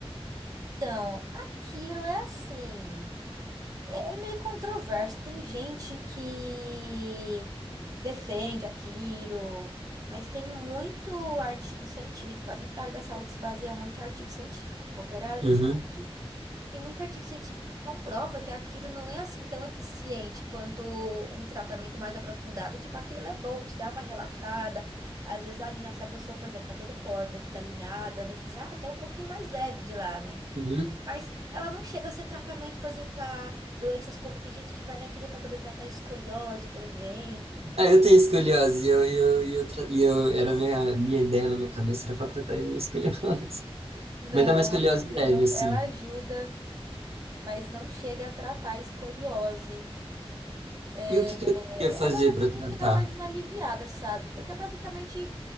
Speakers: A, on the right; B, on the right.
A: Então, a Quiro é assim. É é meio controverso. Tem gente que defende aquilo, mas tem muito artigo científico. A gente da área da saúde se baseia muito em artigo científico, qualquer área da
B: Uhum,
A: saúde. Tem muito artigo científico que comprova que aquilo não é assim tão eficiente quanto um tratamento mais aprofundado. Tipo, aquilo ele é bom, te dá uma relaxada. Às vezes alinha, se a pessoa, por exemplo, tá toda torta, desalinhada, né? Você sai até um pouquinho mais leve de lá, né?
B: uhum.
A: Mas ela não chega a ser tratamento, por exemplo, para doenças como tem gente que vai naquilo para poder tratar escoliose, por exemplo. Não, tra-
B: Ah, eu tenho escoliose e eu, e eu, e eu, tra- e eu era a minha, minha ideia na minha cabeça era para tratar a minha escoliose. <laughs>
A: Não,
B: Mas é uma escoliose
A: aquilo
B: leve,
A: não.
B: assim.
A: Ela ajuda, mas não chega a tratar a escoliose. É,
B: E o que que eu ia fazer
A: ela
B: para
A: meio
B: tratar?
A: que dá mais uma aliviada, sabe? Porque basicamente